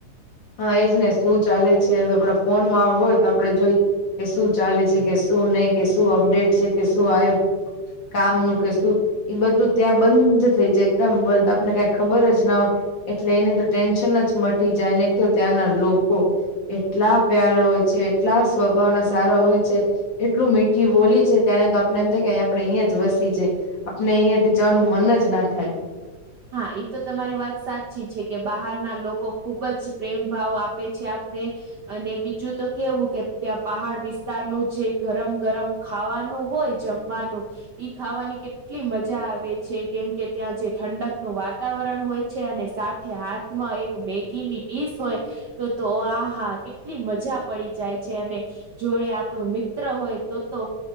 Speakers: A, on the left; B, on the right.
A: હા એજ ને શું ચાલે છે આપડા ફોનમાં હોય તો આપડે જોઈએ. કે શું ચાલે છે કે શું નહી કે શું અપડેટ છે કે શું આયુ. કામ નુ કઈ શું. એ બધું ત્યાં બંધ થઈ જાય એકદમ બંધ આપને કઈ ખબર જ ના હોય. એટલે એની તો ટેન્શન જ મટી જાય ને તો ત્યાંના લોકો. એટલા પ્યારા હોય છે, એટલા સ્વભાવના સારા હોય છે. એટલું મીઠી બોલી છે, ત્યારે તો આપને એમ થાય કે આપડે અહીંયા જ વસી જઈએ, આપણે અહિયાં થી જવાનું મન જ ના થાય.
B: હા એ તો તમારી વાત સાચી છે કે બહારના લોકો ખુબ જ પ્રેમ ભાવ આપે છે. ને અને બીજું તો કેવું કે ત્યાં પહાડ વિસ્તારનું જે, ગરમ ગરમ ખાવાનું હોય જમવાનું ઈ ખાવાની કેટલી, એટલી મજા આવે છે કેમ કે ત્યાં જે ઠંડક, નું વાતાવરણ હોય છે, અને સાથે હાથમાં એક મેગીની ડીશ હોય. તો તો આહા કેટલી મજા પડી જાય છે અને, જોડે આપણું મિત્ર હોય તો તો